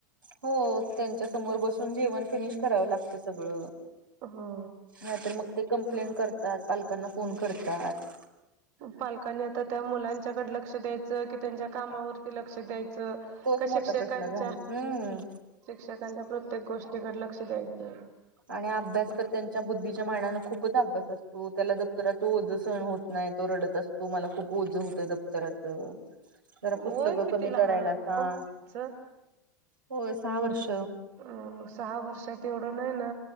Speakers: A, on the right; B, on the right.
A: हो त्यांच्या समोर बसून जेवण फिनिश करावं लागत सगळ.
B: हो
A: ह तर मग ते कंप्लें करतात पालकांना फोन करतात.
B: पालकांनी आता त्या मुलांच्याकडडे लक्ष द्यायचं की त्यांच्या कामावरती लक्ष द्यायचं.
A: खोच
B: का
A: मोठा
B: शिक्षकांच्या
A: प्रश्न झा हम्म.
B: शिक्षकांच्या प्रत्येक गोष्टीकडे लक्ष द्यायचंय.
A: आणि अभ्यास तर त्यांच्या बुद्धीच्या मानान खूपच अभ्यास असतो त्याला दप्तराात ओज सण होत नाही तो रडत असतो मला खूप ओज होतं दप्तराचं जरा
B: वय
A: पुस्तकं
B: किती
A: कमी
B: लहान
A: करायला
B: असतं
A: सांग.
B: मुलाचं
A: होय सहा वर्ष
B: अ सहा वर्षात एवढं नाही ना